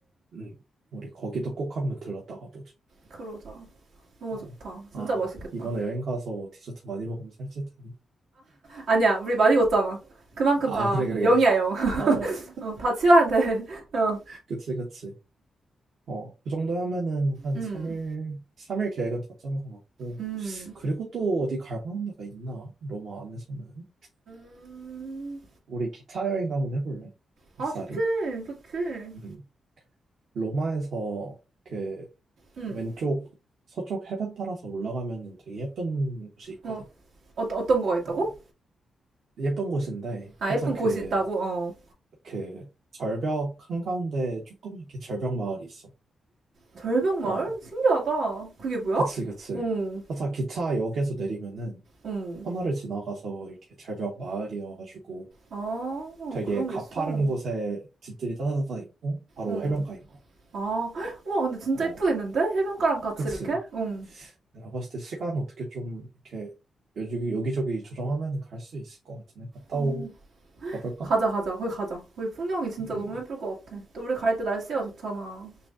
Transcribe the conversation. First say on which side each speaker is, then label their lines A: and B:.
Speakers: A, on the right (about 70°); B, on the right (about 85°).
A: 음, 우리 거기도 꼭 한번 들렀다가 보자.
B: 그러자. 너무
A: 어.
B: 좋다. 진짜
A: 아,
B: 맛있겠다.
A: 이번에 여행 가서 디저트 많이 먹으면 살찔 텐데.
B: 아니야, 우리 많이 걷잖아. 그만큼
A: 아,
B: 다
A: 그래, 그래,
B: 영이야
A: 그래.
B: 영 <laughs>
A: 맞아, 맞아.
B: 어, 다 치워야 돼. <laughs> 어.
A: 그치, 그치. 어, 그 정도 하면은 한
B: 음,
A: 3일, 3일 계획은 다 짠 것 같고.
B: 음.
A: 그리고 또 어디 갈 만한 데가 있나? 로마 안에서는.
B: 음,
A: 우리 기차 여행 한번 해볼래?
B: 아,
A: 이사리?
B: 좋지, 좋지.
A: 음. 로마에서 그
B: 응.
A: 왼쪽 서쪽 해변 따라서 올라가면은 되게 예쁜 곳이 있거든.
B: 어. 어떤 어떤 거가 있다고?
A: 어. 예쁜 곳인데
B: 아,
A: 살짝
B: 예쁜
A: 그,
B: 곳이 있다고. 어.
A: 그 절벽 한가운데 조그맣게 절벽 마을이 있어.
B: 절벽마을?
A: 어.
B: 신기하다. 그게 뭐야?
A: 그치, 그치.
B: 응.
A: 살짝 기차역에서 내리면은
B: 응.
A: 터널을 지나가서 이렇게 절벽 마을이어가지고
B: 아,
A: 되게
B: 그런
A: 가파른
B: 게 있어. 응.
A: 곳에 집들이 따다다다 있고 바로
B: 응.
A: 해변가인 거야.
B: 아, 헉, 우와, 근데 진짜
A: 어,
B: 이쁘겠는데? 해변가랑 같이
A: 그치.
B: 이렇게? 응.
A: 내가 봤을 때 시간 어떻게 좀 이렇게 여기, 여기저기 조정하면 갈 수 있을 것 같은데 갔다
B: 어.
A: 오 가볼까?
B: 가자, 가자. 거기 가자. 거기 풍경이 진짜
A: 음.
B: 너무 예쁠 것 같아. 또 우리 갈 때 날씨가 좋잖아.